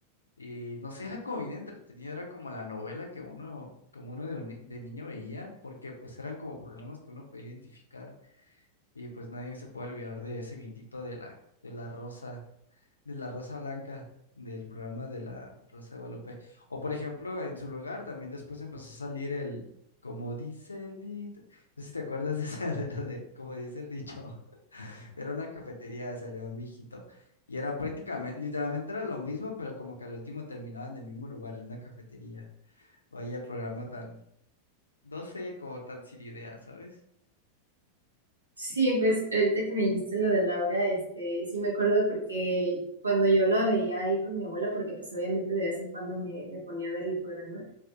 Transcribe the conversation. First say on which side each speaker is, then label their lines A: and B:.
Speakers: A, on the left (about 75°); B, on the right (about 80°).
A: Y no sé, era como bien entretenido, era como la novela que uno, como uno de, un ni- de niño veía, porque pues eran como problemas que uno podía identificar. Y pues nadie se puede olvidar de ese vientito de la, de la rosa, de la rosa blanca del programa de la Rosa de Guadalupe. O por ejemplo, en su lugar también después empezó a salir el, como dice el dicho, no sé si te acuerdas de esa, <laughs> de la de, como dice el dicho, <laughs> era una cafetería, salió un viejito. Y era prácticamente, literalmente era lo mismo, pero como que al último terminaba en el mismo lugar, en una cafetería. Vaya programa tan, no sé, como tan sin idea, ¿sabes?
B: Sí, pues ahorita que me dijiste lo de Laura, este, sí me acuerdo porque cuando yo la veía ahí con mi abuela, porque pues obviamente de vez en cuando me, me ponía a ver el programa,